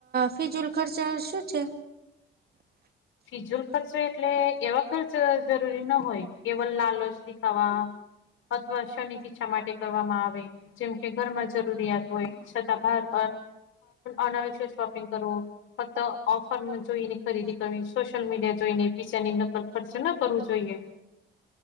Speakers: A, on the right; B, on the left.
A: ફિઝુલ ખર્ચા શું છે.
B: ફિઝુલ ખર્ચો એટલે એવા ખર્ચ જ જરૂરી ના હોય કેવલ લાલચ દેખાવા અથવા શનીિકઈચ્છા માટે કરવામાં આવે જેમ કે ઘરમાં જરૂરિયાત હોય છતાં બહાર અનાવશ શોપિંગ કરો ફક્ત ઓફન જોઈ ખરીદી સોશિયલ મીડિયા જોઈ ને બીજાની નકલ ખર્ચ ના કરવું જોઈએ.